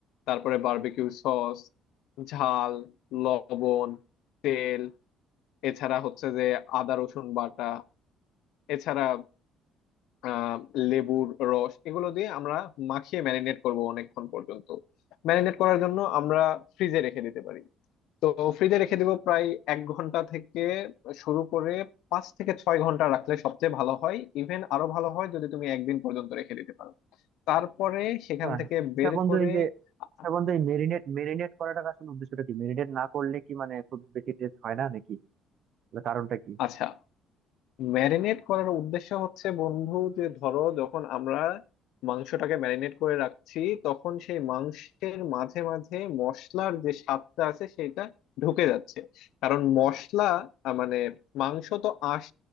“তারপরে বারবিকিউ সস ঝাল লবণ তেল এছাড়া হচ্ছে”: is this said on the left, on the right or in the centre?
Left